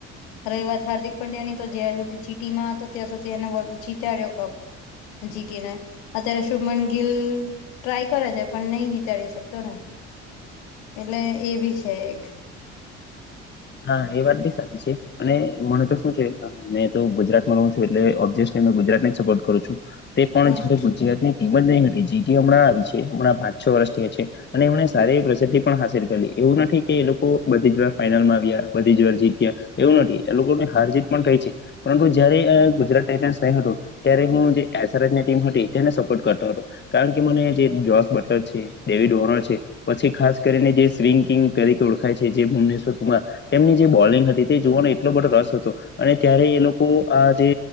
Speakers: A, on the left; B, on the left.
A: ર એ વાત હાર્દિક પંડ્યા ની તો જ્યાં સુધી જીટી માં હતો ત્યાં સુધી એને વર્ડ જીતાડ્યો કપ જીટીી ના આ્યારેશભ મ ગિલ ટ્રાય કરે છે પણ નહી જીતાડી શકતો ને એટલે એ બી છે એક
B: હા એ વાત બી સાચી છે અને મને તો શું છે મેં તો ગુજરાત છ એટલેબ્ ગુજરાત સપોર્ટ કરું છું તે પણ
A: હમ
B: જયારે ગુજરાત મ જ નહી જીટી હમણાં આવી છે હણાં પાંચ છો વર્ષથી હ છે અને એમને સારી પ્રસિદ્ધિ પણ હાસિલ કરીલી એવું નથી કે એ લોકો બધી જ વાર ફાાઈનલમાં બધી જ વાર જીત્યા એવું નથી એ લોકો ને હાર જીત પણ થાય છે પરંતુ જયારે ગુજરાત ટસ નહી હતું ત્યારે હું જે ટીમ હતી તેને સપોર્ટ કરતો હતો કારણ કે મને જે જોસ બટલર છે ડેવિડ ઓનર છે પછી ખાસ કરીને જે સ્વિંગ કિંગ તરીકે ઓળખાય છે જે ભુવનેશ્વર કુમાર તેમની જે બોલિંગ હતી તે જોવાનો એટલો બધો રસ હતો અને ત્યારે એ લોકો આ જે